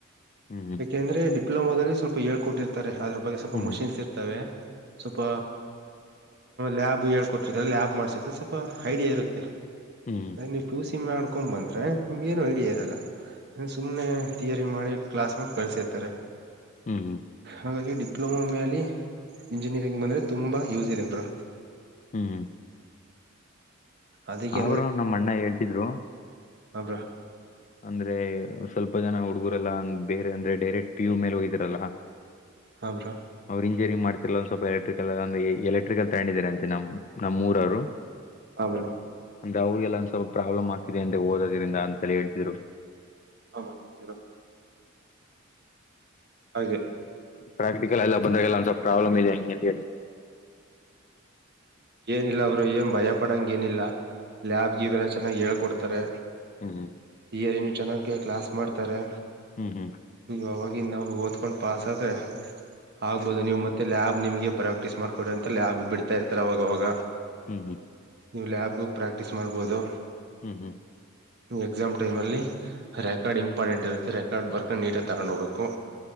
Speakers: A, on the left (about 35°); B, on the right (about 55°).
A: ಹ್ಮ್ ಹ್ಮ್
B: ಯಾಕೆಂದ್ರೆ ಡಿಪ್ಲೋದಲ್ಲಿ ಸ್ವಲ್ಪ ಹಳ್ಕೊಟ್ಟಿತಾರೆ ಅದ್ರ ಬಗ್ಗೆ ಸ್ವಲ್ಪ ಮಷಿನ್ಸ್
A: ಹ್ಮ್ ಹ್ಮ್
B: ಇರ್ತವೆ ಸ್ವಲ್ಪ ಹಯ ಹೇಳ್ಕೊಟ್ಟ ತ್ತಾರೆ ಲ್ಯಾಬ್ ಮಾಡ್ರ್ತ ಸ್ವಲ್ಪ ಐಡಿಯಾ ಇರುತ್ತೆ
A: ಹ್ಮ್
B: ಹ ನೀ ಟುಸ ಮ್ ಮಾಡ್ಕೊಂಡ್ ಬಂದ್ರೆ ನಿಮ್ಗೆ ಏನು ಐಡಿಯಾ ಇರಲ್ಲ ಸುಮ್ನೆ ತಿಯರಿ ಮಾಡಿ ಕ್ಲಾಸ್ ಮಾಡಿ ಕಳ್ಸಿರ್ತಾರೆ
A: ಹ್ಮ್ ಹ್ಮ್
B: ಹಾಗಾಗಿ ಡಿಪ್ಲೊಮಾ ಮೇಲೆ ಇಂಜಿನಿಯರಿಂಗ್ ಬಂದ್ರೆ ತುಂಬಾ ಯೂಸ್ ಇದೆರು
A: ಹ್ಮ್ ಹ್ಮ್
B: ಅದಕ್ಕೆ
A: ಆದರು ನಮ್ಮ ಅಣ್ಣ ಹೇಳ್ತಿದ್ರು
B: ಹಬ್ರಾ
A: ಅಂದ್ರೆ ಸ್ವಲ್ಪ ಜನ ಹುಡುಗುರಲ್ಲಾ ಬೇರೆ ಅಂದ್ರೆ ಡೈರೆಕ್ಟ್ ಪಿ ಯು ಮೇಲೆ ಹೋಗಿದ್ರಲ್ಲ
B: ಹಾ ಬ್ರೋ
A: ಅವ್ರ ಇಂಜರಿ ಮಾಡ್ತ ಒಂದ್ ಸ್ವಲ್ಪ ಎಲೆಕ್ಟ್ರಿಕಲ್ ಎಲೆಕ್ಟ್ರಿಕಲ್ ತಗೊಂಡಿದಿದ್ದಾರೆ ಅಂತೆ ನಮ್ಮ ನಮ್ಮ್ರವರು
B: ಹರ
A: ಅಂದ್ರ ಅವ್ರರಿಗೆಲ್ಲಂದ ಸ್ವಲ್ಪ ಪ್ರಾಬ್ಲಮ ಆತಿದೆ ಅ ಓದ್ರಿಂದ ಅಂತ ಹೇತಿ ಇರು
B: ಹೌ ಇ ಹಾಗೆ
A: ಪ್ರಾಕ್ಟಿಕಲ್ ಎಲ್ಲ ಬಂದಾಗೆಲ್ಲ ಒ ಸ್ವಲ್ಪ ಪ್ರಾಬ್ಲಮ್ ಇದೆಂತ
B: ಏನಿಲ್ಲ ಅವಬ್ರು ಏನ್ ಭಯ ಪಡಂಗ ಏನಿಲ್ಲ ಯಾಬ್ಗ ಇ ಬೆಲ್ಲ ಚೆನ್ನಾಗಿ ಹೇ ಕೊಡ್ತಾರೆ
A: ಹ್ಮ್ ಹ್ಮ್
B: ತಿಯರಿನು ಚೆನ್ನಾಗೆ ಕ್ಲಾಸ್ ಮಾಡ್ತಾರೆ
A: ಹ್ಮ್ ಹ್ಮ್
B: ಇವವಾಗಿ ನಾವು ಓದ್ಕೊಂಡ್ ಪಾಸ್ ಆದ್ರೆ ಆಗ್ಬಹುದು ನೀವು ಮತ್ತೆ ಲ್ಯಾಬ್ ನಿಮ್ಗೆ ಪ್ರಾಕ್ಟೀಸ್ ಮಾಡ್ಕೊಡಿರಿ ಅಂತ ಲ್ಯಾಬ್ ಬಿಡ್ತಾ ಇರ್ತ ಥರವಾಗವಾಗ
A: ಹ್ಮ್ ಹ್ಮ್
B: ನೀವು ಲ್ಯಾಬ್ಗಿ ಪ್ರಾಕ್ಟೀಸ್ ಮಾಡ್ಬಹದು
A: ಹ್ಮ್ ಹ್ಮ್
B: ಎಕ್ಸಾಮ್ ಟೈಮ್ ಅಲ್ಲಿ ರೆಕಾರ್ಡ್ ಇಂಪಾರ್ಟೆಂಟ್ ಇರುತ್ತೆ ರೆಕಾರ್ಡ್ ಬರ್ಕೊಂಡ ನೀಟ ತಗೊಂಡ್ ಹೋಗ್ಬೇಕು